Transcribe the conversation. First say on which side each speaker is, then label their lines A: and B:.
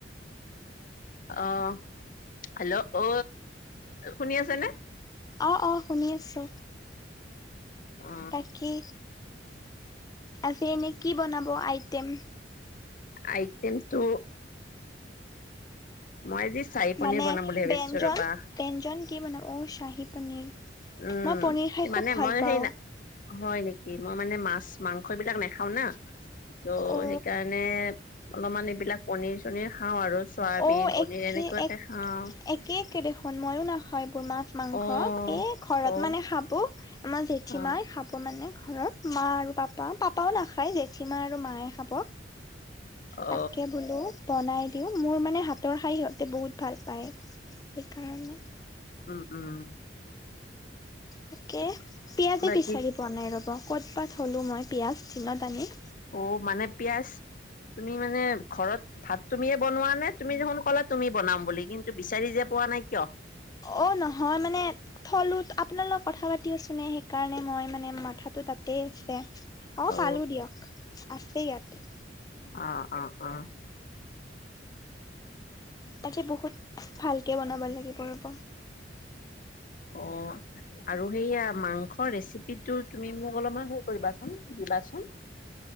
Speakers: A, on the left (about 50°); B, on the left (about 20°).
A: আহ হেল্ল', অ শুনি আছে নে?
B: অ অ শুনি আছো।
A: অ
B: বাকী আজি এনেই কি বনাব আইটেম?
A: আইটমটো মই আজি চাহী পনীৰ
B: মানে
A: বনাম
B: ব-ব্যঞ্জন-ব্যঞ্জন
A: বুলি ভাবিছো ৰবা
B: কি বনাব? অ, চাহী পনীৰ।
A: উম
B: মই পনীৰ খাই খুব
A: মানে
B: ভাল
A: মই
B: পাওঁ
A: সেই না, হয় নেকি। মই মানে মাছ-মাংস এইবিলাক নাখাওঁ না, ত'
B: অ
A: সেইকাৰণে অলপমান এইবিলাক পনিৰ-চনিৰ খাওঁ আৰু। চয়াবিন
B: অ
A: পনিৰ
B: একে-এক-একে-একে
A: এনেকুৱাকে খাওঁ
B: দেখোন, মই নাখাওঁ এইবোৰ মাছ মাংস।
A: অ
B: এই ঘৰত
A: অ
B: মানে খাব। আমাৰ জেঠি
A: অ
B: মাই খাব মানে মানে ঘৰৰত মা আৰু পাপা পাপাও নাখায় জেঠীমা আৰু মায়ে খাব।
A: অ
B: তাকে বোলো বনাই দিও মোৰ মানে হাতৰ খাৰ সিহঁতে বহুত ভাল পায় সেইকাৰণে
A: উম উম উ
B: তাকে পিঁয়াজে
A: বাকী
B: বিচাৰি বনাই ৰ'ব ক'তবাত থ'লোঁ মই পিঁয়াজ দিনত আনি
A: অ মানে পিয়াজ তুমি মানে ঘৰত ভাত তুমিয়ে বনোৱা নে তুমি দেখোন কলা তুমি বনাম বুলি কিন্তু বিচাৰি যে পোৱা নাই কিয়
B: অ নহয় মানে থলোত আপোনাৰ লগত কথা পাতিওছনেে সেইকাৰণে মই মানে মাথাাতো তাতেই আছে অঁ
A: অ
B: পালোঁ দিয়ক আছে ইয়াতে
A: অ অ অ
B: আজি বহুত ভালকে বনাব লাগিব ৰ'ব
A: অ আৰু সেইয়া মাংসৰ ৰেচিপি সটো তুমি মোক অলপমান সে কৰিবাচোন দিবাচোন